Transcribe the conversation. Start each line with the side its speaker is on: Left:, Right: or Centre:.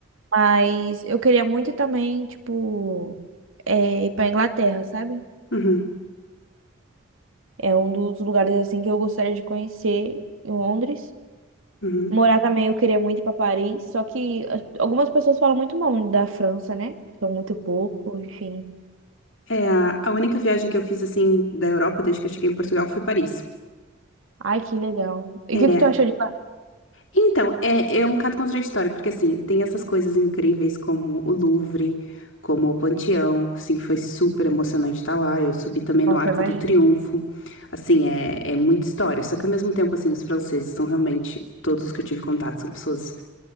Right: Mas eu queria muito também, tipo, é, ir pra Inglaterra, sabe?
Left: Uhum,
Right: É um dos lugares assim que eu gostaria de conhecer em Londres.
Left: uhum.
Right: Morar também, eu queria muito ir pra Paris, só que as- algumas pessoas falam muito mal da França, né? São muito pouco, enfim.
Left: É, a a única viagem que eu fiz, assim, da Europa, desde que eu cheguei em Portugal, foi Paris.
Right: Ai, que legal. E
Left: É.
Right: o que que tu achou de lá?
Left: Então, é, é um bocado contraditório, porque, assim, tem essas coisas incríveis como o Louvre, como o Panteão, assim, que foi super emocionante estar lá. Eu subi também
Right: Nossa,
Left: no Arco
Right: imagina.
Left: do Triunfo. Assim, é, é muita história. Só que, ao mesmo tempo, assim, os franceses são realmente, todos que eu tive contato, são pessoas